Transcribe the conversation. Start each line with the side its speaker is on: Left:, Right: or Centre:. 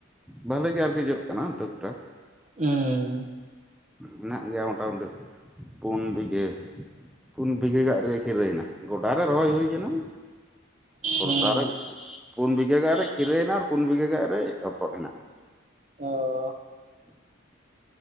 Centre: ᱵᱷᱟᱹᱞᱮᱜᱮ ᱟᱨᱠᱤ ᱡᱚᱜ ᱠᱟᱱᱟ ᱴᱷᱩᱠ ᱴᱷᱟᱠ᱾
Right: ᱩᱸ᱾
Centre: ᱦᱮᱱᱟᱜ ᱜᱮᱭᱟ ᱢᱚᱴᱟᱢᱩᱴᱤ ᱯᱳᱱ ᱵᱤᱜᱟᱹ᱾ ᱯᱩᱱ ᱵᱤᱜᱷᱟᱹ ᱜᱟᱜ ᱨᱮᱜᱮ ᱠᱷᱤᱨᱟᱹᱭ ᱦᱮᱱᱜᱟ ᱜᱚᱰᱟᱨ ᱨᱮ ᱨᱚᱦᱚᱭ ᱦᱳᱭ ᱠᱟᱱᱟ᱾
Right: ᱦᱩᱸ
Centre: ᱵᱚᱨᱥᱟᱨ ᱨᱮ ᱯᱩᱱ ᱵᱤᱜᱷᱟᱹ ᱜᱟᱱ ᱨᱮ ᱠᱷᱤᱨᱟᱹᱭ ᱦᱮᱱᱟ ᱟᱨ ᱯᱩᱱ ᱵᱤᱜᱷᱟᱹ ᱜᱟᱱ ᱨᱮ ᱦᱚᱛᱚᱫ ᱦᱮᱱᱟᱜᱼᱟ᱾
Right: ᱚ᱾